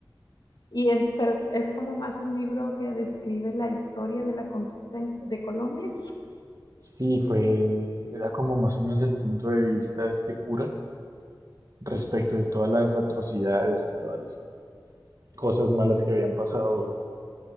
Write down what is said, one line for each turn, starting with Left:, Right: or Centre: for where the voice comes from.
Left: Y en- pero es como más un libro que describe la historia de la conquista de Colombia.
Right: Sí, fue, era como más o menos el punto de vista de este cura respecto de todas las atrocidades y todas las cosas malas que habían pasado